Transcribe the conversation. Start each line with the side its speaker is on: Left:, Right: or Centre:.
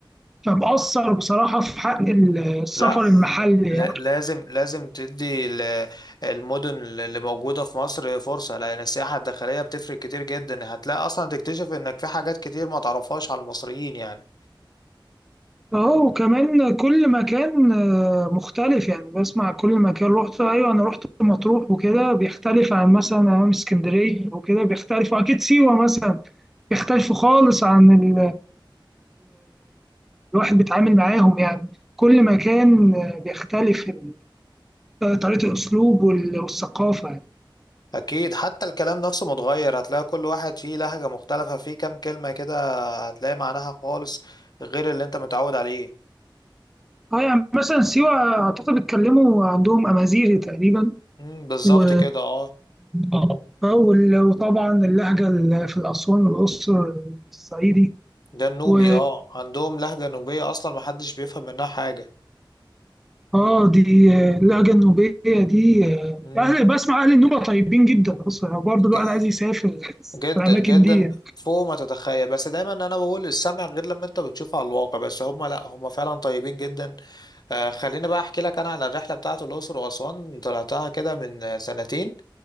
Centre: فمقصر بصراحه في حق السفر
Left: لا
Centre: المحلي
Left: ل- ل-
Centre: يعني
Left: لازم لازم تدي ال- المدن اللي موجودة في مصر فرصة لأن السياحة الداخلية بتفرق كتير جدا هتلاقي أصلا تكتشف إنك في حاجات كتير ما تعرفهاش على المصريين يعني
Centre: اهو وكمان كل مكان آه، مختلف يعني بسمع كل مكان رحت ايوه انا رحت مطروح وكده بيختلف عن مثلا أيام اسكندريه وكده بيختلف واكيد سيوه مثلا بيختلفوا خالص عن ال- الواحد بيتعامل معاهم يعني كل مكان بيختلف ال- طريقة الأسلوب وال- والثقافة يعني.
Left: اكيد حتى الكلام نفسه متغير هتلاقي كل واحد فيه لهجة مختلفة فيه كام كلمة كده هتلاقي معناها خالص غير اللي انت متعود عليه
Centre: اه يعني مثلا سيوة أعتقد بيتكلموا عندهم أمازيغي تقريبا
Left: امم بالظبط
Centre: و...
Left: كده اه
Centre: اه آه، وال- وطبعا اللهجة ال- في الأسوان والأقصر الصعيدي
Left: ده النوبي
Centre: و
Left: اه عندهم لهجة نوبية اصلا محدش بيفهم منها حاجة
Centre: اه دي آه، اللهجة النوبية دي آه،
Left: امم
Centre: أهل بسمع أهل النوبة طيبين جدا أصلا وبرضه الواحد
Left: ج-
Centre: عايز يسافر <laughs>
Left: جدا
Centre: الأماكن
Left: جدا
Centre: دي يعني.
Left: فوق ما تتخيل بس دايما انا بقول السمع غير لما انت بتشوفه على الواقع بس هم لا هم فعلا طيبين جدا آه خليني بقى احكي لك انا على الرحلة بتاعت الاقصر واسوان طلعتها كده من سنتين